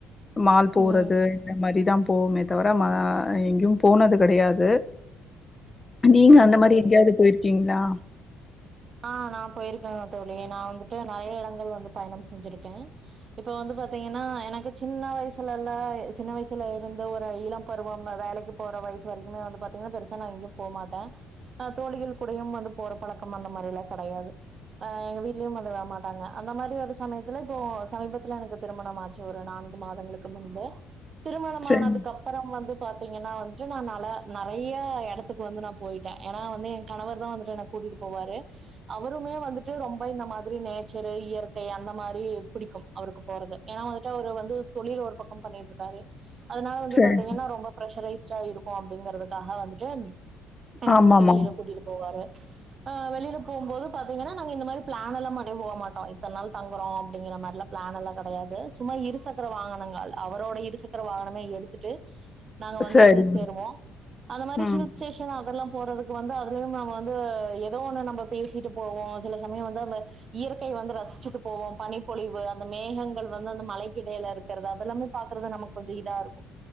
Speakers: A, on the left; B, on the right.
A: மால் போறது
B: ம்.
A: இந்த மாதிரிதான் போவோமே தவிர எங்கயு போனது கெடையாது நீங்க
B: சரிங்க
A: அந்த மாதிரி
B: தோழி.
A: எங்கேயாவது போயிருக்கீங்ளா
B: ஆ நான் போயிருக்கேன்ங்க தோழி நான் வந்துட்டு நெறைய இடங்கள் வந்து பயணம் செஞ்சிருக்கே இப்ப வந்து பாத்தீங்கன்னா எனக்கு சின்ன வயசுல எல்லா சின்ன வயசுல இருந்த ஒரு இளம் பருவம் வேலைக்கு போற வயசு வரைக்குமே வந்து பாத்தீங்கன்னா பெருசா நான் எங்கயு போமாட்ட தோழிகள் கூடையும் வந்து போற பழக்க ம் அந்த மாதிரி எல்லாம் கெடையாது அ எங்க வீட்லயு அதல்லா மாட்டாங்க அந்த மாதிரி ஒரு சமயத்துல இப்போ சமீபத்துல எனக்கு திருமணம் ஆச் சு ஒரு நான்கு மாதங்களுக்கு முன்பு திருமணமானதுக்கு
A: சரி
B: அப் பறம் வந்து பாத்தீங்கன்னா வந்துட்டு நான் நல்லா நெறைய இடத்துக்கு வந்து நா போயிட்டே ஏன்னா வந்து என் கணவர் தான் வந்துட்டு என்ன கூட்டிட்டு போவாரு அவருமே வந்துட்டு ரொம் ப இந்த மாதிரி நேச்சர் இயற்கை அந்த மாரி புடிக்கும் அவருக்கு போறது ஏன்னா வந்துட்டு அவரு வந்து தொழில் ஒரு பக்கம் பண்ணிட்டு இருக்காரு அதனால வந்து
A: சரி.
B: பாத்தீங்கன்னா ரொம்ப ப்ரெஷரைஸ்டா இருக்கு அப்டிங்கிறதுக்காக வந்துட்டு என்ன
A: ஆமாமா.
B: இந்த மாரி வெளியில கூட்டிட்டு போவாரு ஆ வெளில போம்போது பாத்தீங்கன்னா நாங்க இந்த மாரி பிளான் எல்லா பண்ணி போமாட்டோ இத்தன நாள் தங்குறோம் அப்படிங்கிற மாரிலா பிளான் எல்லாம் கெடையாது சும்மா இருசக்கர வாகனங்கள் அவரோட இருசக்கர வாகனமே எடுத்துட்டு நாங்க வந்து
A: சரி.
B: ஹில்ஸ் ஏருவோம் அந்த மாதிரியான
A: ம்.
B: ஹில்ஸ் ஸ்டேஷ் அதெல்லாம் போறதுக்கு வந்து அதுலையும் நம்ம வந்து எ தோ ஒண்ணு நம்ம பேசிட்டு போவோம் சில சமயம் வந்து அந்த இயற்கை வந்து ரசிச்சுட்டு போவோம் பனிப்பொழிவு அந்த மேகங்கள் வந்து அந்த மலைக்கு இடையில இருக் றது அதெல்லாமே பாக்குறது நமக்கு கொஞ்சம் இதா இருக்கும்